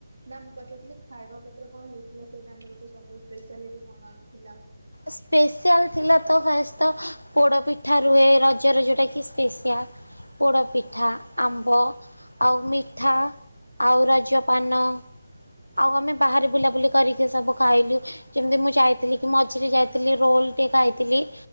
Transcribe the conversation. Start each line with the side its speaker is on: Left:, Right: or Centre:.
Right: ନା ମୁଁ ପଚାରଥିଲି ଖାଇବା ପତ୍ର କଣ ହେଇଥିଲା, ସେଇଟା ଆମ ସବୁ ସ୍ପେଶାଲିଟି କଣ ଥିଲା?
Left: ସ୍ପେସିଆଲ୍ ଥିଲା ତ, ଫାଷ୍ଟ ତ ପୋଡ଼ପିଠା ରୁହେ, ରଜରେ ଯୋଉଁଟାକି ସ୍ପେଶଆଲ। ପୋଡ଼ପିଠା, ଆମ୍ବ ଆଉ ମିଠା ଆଉ ରଜପାନ। ଆଉ ଆମେ ବାହାରେ ବୁଲାବୁଲି କରିକି ସବୁ ଖାଇଲୁ। ଯେମିତି ମୁଁ ଯାଇଥିଲି କି, ମଝିରେ ଯାଇଥିଲି, ରୋଲ ଟେ ଖାଇଥିଲି।